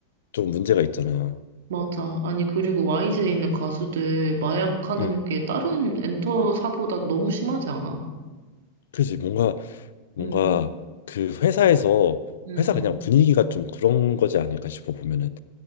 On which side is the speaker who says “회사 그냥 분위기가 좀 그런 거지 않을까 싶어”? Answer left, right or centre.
Left